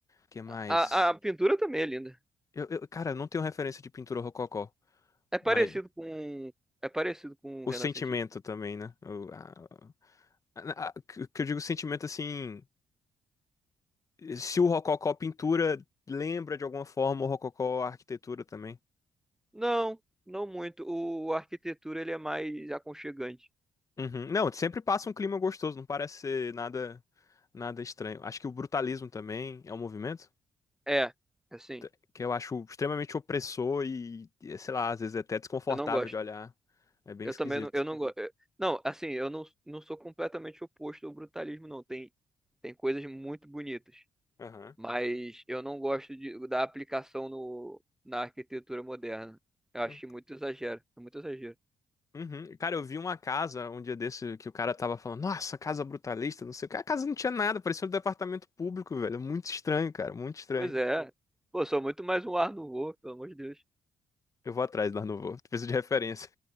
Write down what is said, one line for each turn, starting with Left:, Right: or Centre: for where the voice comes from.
Left: que mais?
Centre: a, a pintura também é linda.
Left: Eu, eu- cara, eu não tenho referência de pintura rococó,
Centre: É
Left: mas
Centre: parecido com. É parecido com
Left: o
Centre: o renascentista.
Left: sentimento também, né? O, a- a- a- que que eu digo sentimento assim. se o Rococó pintura lembra de alguma forma o Rococó arquitetura também.
Centre: Não, não muito. O, a arquitetura ele é mais aconchegante.
Left: Uhum. Não, sempre passa um clima gostoso, não parece ser nada nada estranho. Acho que o brutalismo também é um movimento
Centre: É, assim,
Left: te- que eu acho extremamente opressor e, e, sei lá, às vezes é até desconfortável
Centre: eu não gosto.
Left: de olhar. É bem
Centre: Eu
Left: esquisito.
Centre: também não, eu não gosto. Não, assim, eu não, não sou completamente oposto ao brutalismo, não. Tem, tem coisas muito bonitas.
Left: Aham.
Centre: Mas eu não gosto de, da aplicação no, na arquitetura moderna. Eu acho
Left: Hum,
Centre: muito exagero. É muito exagero.
Left: Uhum. Cara, eu vi uma casa um dia desse que o cara tava falando, nossa, casa brutalista, não sei o que. A casa não tinha nada, parecia um departamento público, velho. Muito estranho, cara, muito estranho.
Centre: Pois é. Pô, sou muito mais um ar no voo, pelo amor de Deus.
Left: Eu vou atrás lá no voo. <laughs> Preciso de referência.